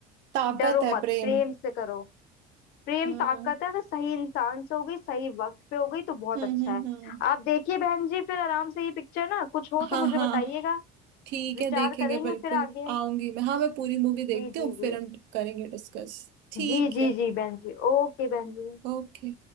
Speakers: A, on the right; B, on the left.
A: ताकत
B: डरो
A: है
B: मत
A: प्रेम
B: प्रेम से करो प्रेम
A: हम्म
B: ताकत है अगर सही इंसान से हो गई सही वक्त पे हो गई तो बहुत
A: हम्म
B: अच्छा
A: हम्म
B: है
A: हम्म
B: आप देखिए बहन जी फिर आराम से ये पिक्चर ना कुछ हो
A: हाँ
B: तो मुझे
A: हाँ
B: बताइएगा
A: ठीक
B: विचार
A: है देखेंगे
B: करेंगे
A: बिल्कुल
B: फिर आगे
A: आऊंगी मैं हाँ मैं पूरी मूवी देखती
B: जी
A: हूँ
B: जी
A: फिर
B: जी
A: हम करेंगे डिस्कस ठीक
B: जी जी
A: है
B: जी बहन जी ओके बहन जी
A: ओके